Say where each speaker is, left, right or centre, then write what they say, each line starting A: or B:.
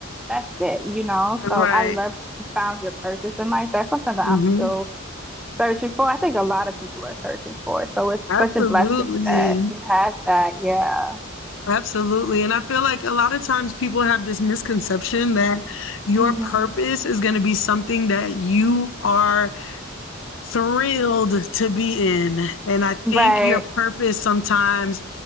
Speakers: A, in the centre; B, on the left (about 65°).
A: That's it, you know. So
B: Right.
A: I love that you found your purpose in life. That's something that
B: hmm
A: I'm still searching for. I think a lot of people are searching for it. So it's
B: Absolutely.
A: such a blessing that you have that. Yeah.
B: Absolutely. And I feel like a lot of times people have this misconception that your
A: hmm
B: purpose is going to be something that you are thrilled to be in. And I
A: Right.
B: think your purpose sometimes